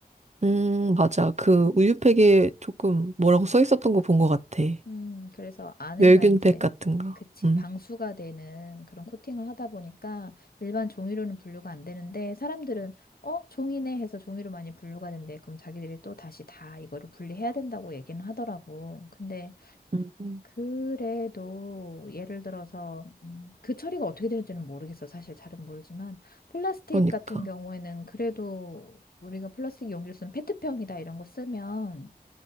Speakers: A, on the right (about 45°); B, on the left (about 65°).
A: 음, 맞아. 그
B: 음.
A: 우유팩에 조금 뭐라고 써 있었던 거 본 것 같아.
B: 음, 그래서 안에가
A: 멸균팩
B: 이제,
A: 같은 거.
B: 그치,
A: 음,
B: 방수가 되는 그런 코팅을 하다 보니까 일반 종이로는 분류가 안 되는데 사람들은, 어, 종이네 해서 종이로 많이 분류가 된대. 그럼 자기들이 또 다시 다 이거를 분리해야 된다고 얘기는 하더라고. 근데
A: 음.
B: 그래도 예를 들어서, 음, 그 처리가 어떻게 되는지는 모르겠어. 사실 잘은 모르지만 플라스틱
A: 그러니까.
B: 같은 경우에는 그래도 우리가 플라스틱 용기를 쓰면 페트병이다 이런 거 쓰면